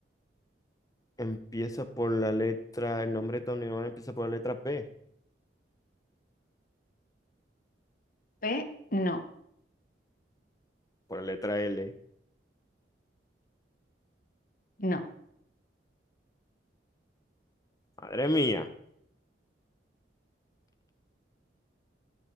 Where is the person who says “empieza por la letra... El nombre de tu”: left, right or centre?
Left